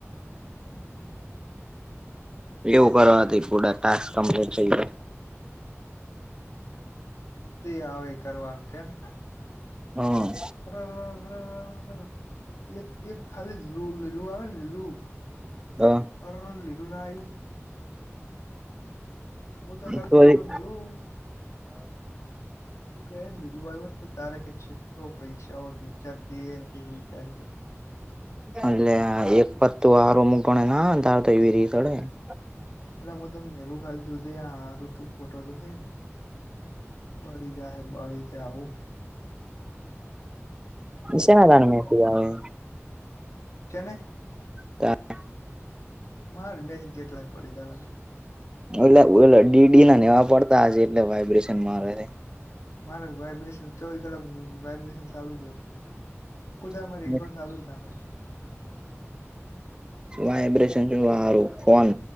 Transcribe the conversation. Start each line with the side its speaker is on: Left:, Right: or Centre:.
Left: <inaudible>
Right: એવું કરવાથી પૂડા ટાસ્ક કમ્પ્લીટ થઇ જાય,
Left: જી આવે ઈ કરવાનું કેમ
Right: હમ્મ
Left: <unintelligible> એક એક ખાલી લું લીલું આવે ને લીલું
Right: હા
Left: <unintelligible> લિલુ ના આયુ હું તને ખાલી
Right: તો
Left: ફોટો
Right: હ
Left: મેલું તું કે લીલું હોત તો તારે કે છેટલો પૈસા હો વિચારતી વિચાર્યું હોય,
Right: અટલે એક પતુ આર મુગ્ણાના આવે, <unintelligible>
Left: એલા હું તને એલું ખાલ છુધ મારું તું ફોટો તો છે ને મળી જાય હે <unintelligible> જાય આવું
Right: સેના તનું મે જ તુ આવે,
Left: છે ને
Right: તા
Left: મારે મેજ જેટલાઈ પડીદરાના
Right: ઓલા ઓલા ડીડી ના નેવા પડતા હજે એટલે વાયબ્રેશન મારે હે,
Left: મારે વાયબ્રેશન ચોવી કલાક વાયબ્રેશન ચાલુ હોય મારે ખુદા અમારી
Right: છે
Left: <unintelligible> ઇંગોલ ચાલુ જ ના હોય
Right: વાઇબ્રેશન સારું ફોન